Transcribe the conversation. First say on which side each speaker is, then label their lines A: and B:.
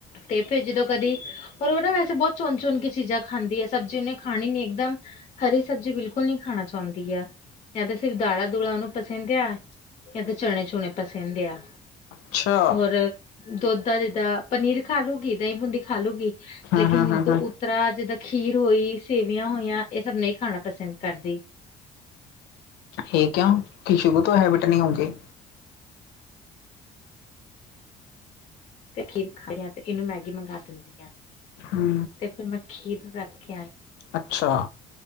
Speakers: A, on the left; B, on the left.
A: ਤੇ ਫੇਰ ਜਦੋ ਕਦੀ ਹੋਰ ਉਹ ਨਾ ਮੈਂ ਬਹੁਤ ਚੋਣ-ਚੋਣ ਕੇ ਚੀਜ਼ਾਂ ਖਾਂਦੀ ਏ, ਸਬਜ਼ੀ ਉਹਨੇ ਖਾਣੀ ਨਹੀਂ ਇੱਕਦਮ ਹਰੀ ਸਬਜ਼ੀ ਬਿਲਕੁਲ ਨਹੀਂ ਖਾਣਾ ਚਾਹੁੰਦੀ ਆ। ਜਾਂ ਤਾਂ ਸਿਰਫ ਦਾਲ਼ਾਂ -ਦੁਲਾਂ ਉਹਨੂੰ ਪਸਿੰਦ ਐ, ਜਾਂ ਤੇ ਚਣੇ ਚੂਣੇ ਪਸਿੰਦ ਆ।
B: ਅੱਛਾ
A: ਹੋਰ ਦੁੱਧ ਦਾ ਜਿੱਦਾਂ ਪਨੀਰ ਖਾ ਲੂਗੀ, ਦਹੀਂ ਬੂੰਦੀ ਖਾ ਲੂਗੀ।
B: ਹੂੰ
A: ਲੇਕਿਨ
B: ਹੂੰ ਹੂੰ
A: ਦੋ
B: ਹੂੰ।
A: ਉਤਰਾ ਜਿੱਦਾਂ ਖੀਰ ਹੋਈ, ਸੇਵੀਆਂ ਹੋਈਆਂ। ਇਹ ਸਭ ਨਹੀਂ ਖਾਣਾ ਪਸੰਦ ਕਰਦੀ।
B: ਹੇ ਕਿਉਂ ਕਿ ਸ਼ੁਰੂ ਤੋਂ ਹੈਬਿਟ ਨਹੀਂ ਉਂਦੀ।
A: ਤੇ ਖੀਰ ਖਾ ਆ ਤੇ ਇਹਨੂੰ ਮੈਗੀ ਮੰਗਾ ਦਿੰਦੀ ਆਂ।
B: ਹੰ।
A: ਤੇ ਫਿਰ ਮੈਂ ਖੀਰ ਰੱਖ ਕੇ ਆਈ।
B: ਅੱਛਾ।